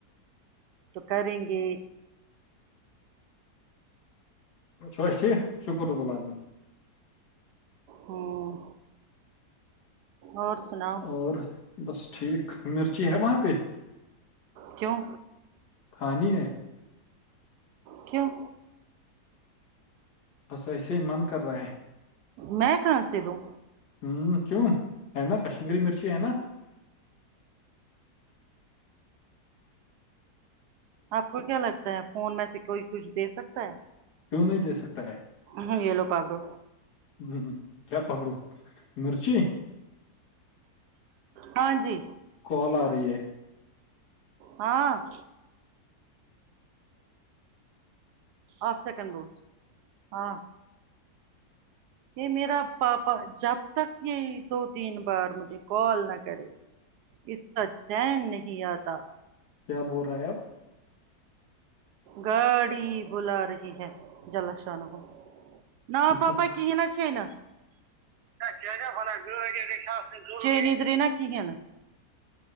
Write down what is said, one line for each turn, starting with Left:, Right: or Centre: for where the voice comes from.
Right: تو کریں گے
Left: ٹھیک شکر رب <unintelligible>
Right: ہوں اور سناو
Left: اور بس ٹھیک مرچی ہے وہاں پہ
Right: کیوں
Left: کھانی ہے
Right: کیوں
Left: بس ایسے ہی من کر رہا ہے
Right: میں کہا ں سے دوں
Left: ہوں کیوں ہے نا کشمیری مرچی ہے نا
Right: آپ کو کیا لگتا ہے فون میں سے کوئی کچھ دے سکتا ہے
Left: کیوں نہیں دے سکتا ہے
Right: ہوں یہ لو پکڑو
Left: ہوں ہوں کیا پکڑوں مرچی
Right: ہاں جی
Left: کال آ رہی ہے
Right: ہاں <unintelligible> آپ سیکنڈ روج ہاں یہ میرا پاپا جب تک یہی دو تین بار مجھے کال نہ کرے اس کا چین نہیں آتا
Left: کیا بول رہا ہے اب
Right: گاڑی بلا رہی ہے جل شان ہو نا پاپا
Left: جب
Right: کی یہ نا چھینا <unintelligible>